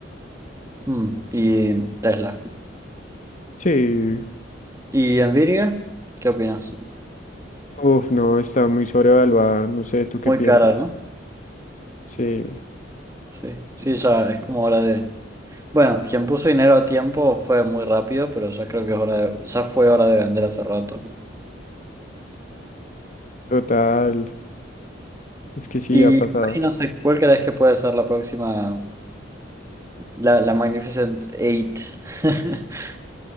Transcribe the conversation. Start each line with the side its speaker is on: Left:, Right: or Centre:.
Right: Mm, Y Tesla.
Left: Sí,
Right: ¿Y Nvidia? ¿Qué opinas?
Left: uf, no, está muy sobrevaluada, no sé, ¿tú qué
Right: Muy
Left: piensas?
Right: cara, ¿no?
Left: Sí,
Right: Sí, sí, ya es como hora de... Bueno, quien puso dinero a tiempo fue muy rápido, pero ya creo que es hora de... ya fue hora de vender hace rato.
Left: total, es que sí,
Right: Y
Left: ha pasado.
Right: por ahí no sé, ¿cuál crees que puede ser la próxima, la, la Magnificent Eight? <laughs>